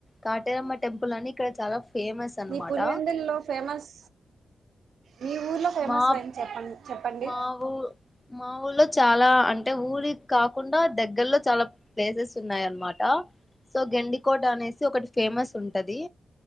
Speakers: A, on the left (about 20°); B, on the right (about 75°).
A: కాటేరమ్మ టెంపుల్ అని ఇక్కడ చాలా ఫేమస్ అనమాట
B: మీ పులివెందుల్లో ఫేమస్ మీ ఊర్లో ఫేమస్
A: మా
B: అయింది చెప్పండి చెప్పండి
A: మా ఊ మా ఊర్లో చాలా అంటే ఊరికి కాకుండా దగ్గర్లో చాలా ప్లేసెస్ ఉన్నాయి అన్నమాట సో గెండికోట అనేసి ఒకటి ఫేమస్ ఉంటది